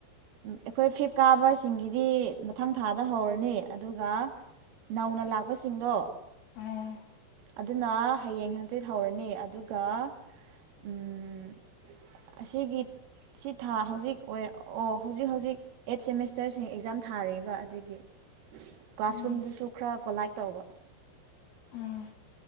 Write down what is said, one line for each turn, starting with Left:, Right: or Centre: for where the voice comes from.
Right: ꯑꯩꯈꯣꯏ ꯐꯤꯞ ꯀꯥꯕꯁꯤꯡꯒꯤꯗꯤ ꯃꯊꯪ ꯊꯥꯗ ꯍꯧꯔꯅꯤ ꯑꯗꯨꯒ ꯅꯧꯅ ꯂꯥꯛꯄꯁꯤꯡꯗꯣ
Left: ꯎꯝ
Right: ꯑꯗꯨꯅ ꯍꯌꯦꯡ ꯍꯪꯆꯤꯠ ꯍꯧꯔꯅꯤ ꯑꯗꯨꯒ ꯎꯝ ꯑꯁꯤꯒꯤ ꯁꯤ ꯊꯥ ꯍꯧꯖꯤꯛ ꯑꯣꯏ ꯑꯣ ꯍꯧꯖꯤꯛ ꯍꯧꯖꯤꯛ ꯑꯦꯠ ꯁꯦꯃꯤꯁꯇꯔꯁꯤꯡ ꯑꯦꯛꯖꯥꯝ ꯊꯥꯔꯤꯕ ꯑꯗꯨꯒꯤ ꯀ꯭ꯂꯥꯁꯔꯨꯝꯗꯨꯁꯨ
Left: ꯎꯝ
Right: ꯈꯔ ꯀꯣꯂꯥꯏ ꯇꯧꯕ
Left: ꯎꯝ